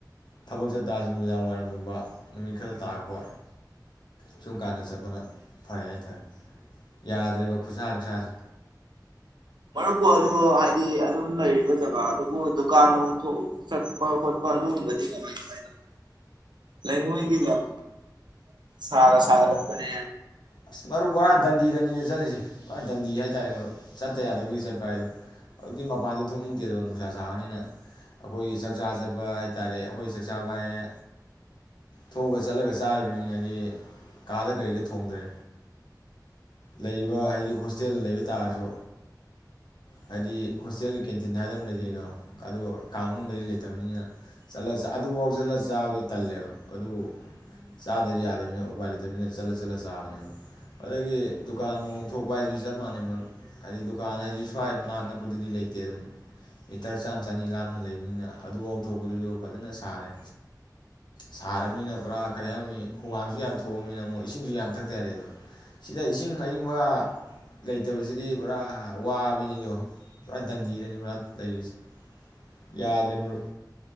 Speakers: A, on the left; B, on the right.
A: ꯊꯕꯛ ꯆꯠꯇꯥꯔꯁꯨ ꯅꯨꯃꯤꯗꯥꯡ ꯋꯥꯏꯔꯝꯒꯨꯝꯕ ꯅꯨꯃꯤꯠ ꯈꯔ ꯇꯥꯛꯄ ꯁꯨꯝ ꯀꯥꯟꯗ ꯆꯠꯄꯅ ꯐꯔꯦ ꯍꯥꯏꯇꯥꯔꯦ ꯌꯥꯗ꯭ꯔꯦꯕ ꯈꯨꯠꯁꯥ ꯂꯛꯁꯥꯁꯦ
B: ꯃꯔꯨꯞꯄꯨ ꯑꯗꯨ ꯍꯥꯏꯗꯤ ꯑꯗꯨꯝ ꯂꯩꯔꯤꯕ ꯖꯒꯥ ꯑꯗꯨꯕꯨ ꯗꯨꯀꯥꯟ ꯅꯨꯡꯊꯣꯛ ꯆꯠꯄ ꯈꯣꯠꯄ ꯑꯗꯨꯒꯨꯝꯕꯗꯤꯥꯏꯥꯏ ꯇꯧ ꯍꯥꯏꯗꯤ ꯂꯩꯉꯣꯏꯒꯤꯅ ꯁꯥꯒ ꯁꯥꯒ ꯊꯛꯄꯅꯦ
A: ꯑꯁ ꯃꯔꯨꯞ ꯕꯣꯔꯥ ꯗꯟꯗꯤ ꯗꯟꯅꯤꯅ ꯆꯠꯂꯤꯁꯦ ꯄꯨꯔꯥ ꯗꯟꯗꯤ ꯍꯥꯏꯇꯥꯔꯦ ꯃꯔꯨꯞ ꯆꯠꯇ ꯌꯥꯗꯕꯒꯤ ꯆꯠꯄ ꯍꯥꯏꯗꯣ ꯍꯧꯖꯤꯛꯇꯗꯤ ꯃꯄꯥꯟꯗ ꯊꯣꯛꯅꯤꯡꯗꯦꯗꯣ ꯅꯨꯡꯁꯥ ꯁꯥꯥꯕꯅꯤꯅ ꯑꯩꯈꯣꯏꯒꯤ ꯆꯥꯛꯆꯥ ꯆꯠꯄ ꯍꯥꯏꯇꯥꯔꯦ ꯑꯩꯈꯣꯏ ꯆꯥꯛ ꯆꯥꯕ ꯍꯥꯏꯔꯦ ꯊꯣꯛꯑꯒ ꯆꯠꯂꯒ ꯆꯥꯔꯤꯕꯅꯤꯅꯗꯤ ꯀꯥꯗ ꯀꯔꯤꯗ ꯊꯣꯡꯗ꯭ꯔꯦ ꯂꯩꯔꯤꯕ ꯍꯥꯏꯗꯤ ꯍꯣꯁꯇꯦꯜꯗ ꯂꯩꯕ ꯇꯥꯔꯁꯨ ꯍꯥꯏꯗꯤ ꯍꯣꯁꯇꯦꯜꯒꯤ ꯀꯦꯟꯇꯤꯟ ꯍꯥꯏꯅ ꯂꯩꯖꯩꯅꯣ ꯑꯣ ꯀꯥ ꯃꯅꯨꯡꯗ ꯂꯩꯇꯕꯅꯤꯅ ꯆꯠꯂ ꯑꯗꯨꯐꯥꯎ ꯆꯠꯂ ꯆꯥꯕꯗꯣ ꯇꯜꯂꯦꯕ ꯑꯗꯨꯕꯨ ꯆꯥꯗꯗꯤ ꯌꯥꯗꯕꯅꯤꯅ ꯎꯄꯥꯏ ꯂꯩꯇꯕꯅꯤꯅ ꯆꯠꯂ ꯆꯠꯂ ꯆꯥꯕꯅꯦꯕ ꯑꯗꯒꯤ ꯗꯨꯀꯥꯟ ꯅꯨꯡ ꯊꯣꯛꯄ ꯍꯥꯏꯁꯤꯁꯨ ꯆꯞ ꯃꯥꯟꯅꯩ ꯃꯔꯨꯞ ꯍꯥꯏꯗꯤ ꯗꯨꯀꯥꯟ ꯍꯥꯏꯁꯤ ꯁ꯭ꯋꯥꯏ ꯃꯅꯥꯛ ꯅꯛꯄꯗꯗꯤ ꯂꯩꯇꯦ ꯑꯗꯨꯝ ꯃꯤꯇꯔ ꯆꯥꯝꯃ ꯆꯅꯤ ꯂꯥꯞꯅ ꯂꯩꯕꯅꯤꯅ ꯑꯗꯨꯐꯥꯎ ꯊꯣꯛꯄꯗꯨꯁꯨ ꯐꯖꯅ ꯁꯥꯔꯦ ꯁꯥꯔꯕꯔꯕꯅꯤꯅ ꯄꯨꯔꯥ ꯀꯔꯤ ꯍꯥꯏꯔꯅꯤ ꯍꯨꯃꯥꯡꯁꯨ ꯌꯥꯝ ꯊꯣꯛꯑꯕꯅꯤꯅ ꯑꯃꯨꯛ ꯏꯁꯤꯡꯁꯨ ꯌꯥꯝ ꯊꯛꯇ ꯌꯥꯗꯦꯗꯣ ꯁꯤꯗ ꯏꯁꯤꯡ ꯑꯏꯪꯕ ꯂꯩꯇꯕꯁꯤꯗꯤ ꯄꯨꯔꯥ ꯋꯥꯕꯤꯅꯤꯗꯣ ꯄꯨꯔꯥ ꯗꯟꯗꯤꯗꯅꯤ ꯄꯨꯔꯥ ꯂꯩꯔꯤꯁꯦ ꯌꯥꯗ꯭ꯔꯦ ꯃꯔꯨꯞ